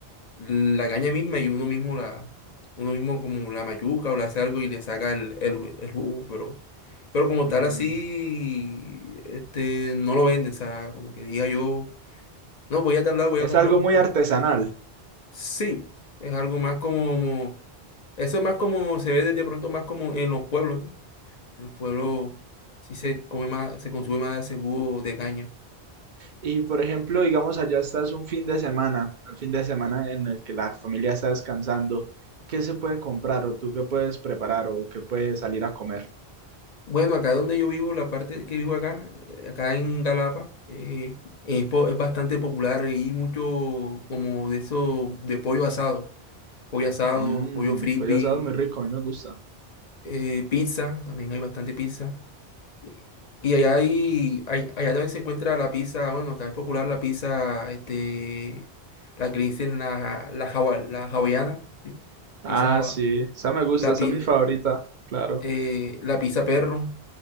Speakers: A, on the left; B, on the right.
A: mm, la caña misma y uno mismo la, uno mismo como la mayuca o le hace algo y le saca el, el, ju- el jugo, pero, pero como
B: Mm,
A: tal así, este, no lo venden, o sea, como que diga yo, no, voy a tal lado, voy
B: Es
A: a comprar
B: algo
A: un
B: muy
A: jugo".
B: artesanal.
A: Sí, es algo más como, eso es más como, se ve de de pronto más como en los pueblos, ¿no? En los pueblos sí se come más, se consume más ese jugo de caña.
B: Y por ejemplo, digamos, allá estás un fin de semana, el fin de semana en el que la familia está descansando, ¿qué se puede comprar o tú qué puedes preparar o qué puedes salir a comer?
A: Bueno, acá donde yo vivo, la parte que vivo acá, eh, acá en Galapa, eh, es, po- es bastante popular y mucho como de eso, de pollo asado, pollo asado,
B: Mmm,
A: pollo frisbee,
B: pues ya sabes, muy rico, a mí me gusta.
A: eh, pizza, también hay bastante pizza. Y, y allá hay, hay- allá también se encuentra la pizza, bueno, acá es popular la pizza, este, la que le dicen la, la, hawa- la hawaiana, ¿sí?
B: Ah,
A: Pizza hawa-
B: sí, esa me gusta,
A: la,
B: esa
A: pi-
B: es mi favorita, claro.
A: eh, la pizza perro.